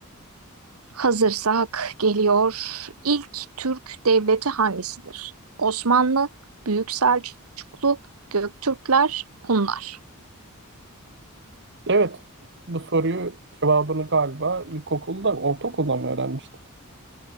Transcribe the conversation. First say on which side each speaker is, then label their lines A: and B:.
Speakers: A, on the right; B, on the right.
A: Hazırsak geliyor. İlk Türk devleti hangisidir? Osmanlı, Büyük Selçuklu, Göktürkler, Hunlar.
B: Evet. Bu soruyu cevabını galiba ilkokulda, ortaokulda mı öğrenmiştik?